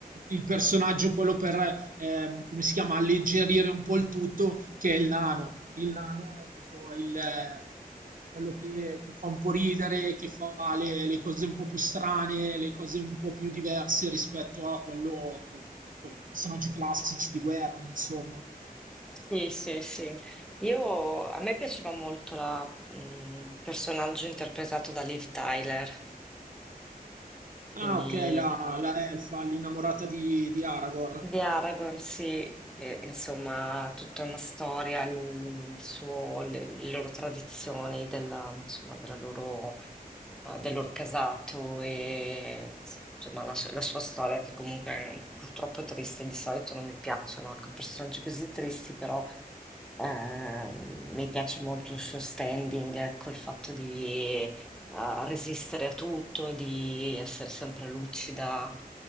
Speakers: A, on the right (about 60°); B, in the centre.
A: il personaggio, quello per, ehm, come si chiama, alleggerire un po' il tutto, che è il nano. Il nano è un po' il, eh, eh, quello che, che fa un po' ridere, che fa le, le cose un po' più strane, le cose un po' più diverse rispetto a quello, quel- quei personaggi classici di guerra, insomma.
B: Sì, sì, sì. Io, a me piaceva molto la- il personaggio interpretato da Liv Tyler, quindi
A: Ah, ok, la, la elfa, l'innamorata di, di Aragorn,
B: di Aragorn, sì, che insomma ha tutta una storia, il suo- le, le loro tradizioni, della, insomma, della loro, eh, del loro casato e insomma, la, su- la sua storia che comunque è purtroppo triste, di solito non mi piacciono, ecco, personaggi così tristi, però... Eh, mi piace molto il suo standing, ecco, il fatto di eh, resistere a tutto, di essere sempre lucida.